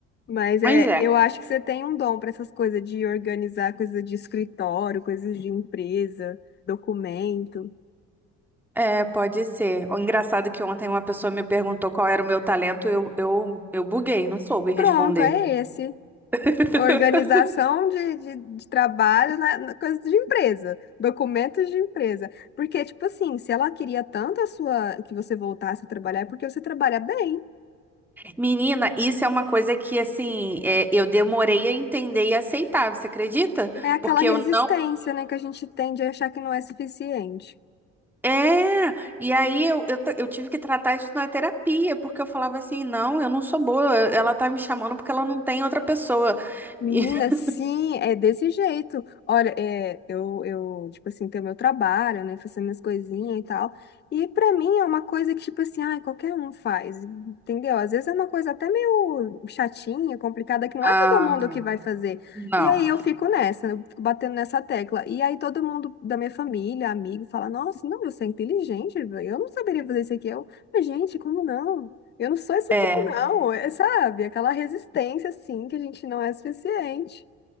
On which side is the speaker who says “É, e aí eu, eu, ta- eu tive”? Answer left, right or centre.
Centre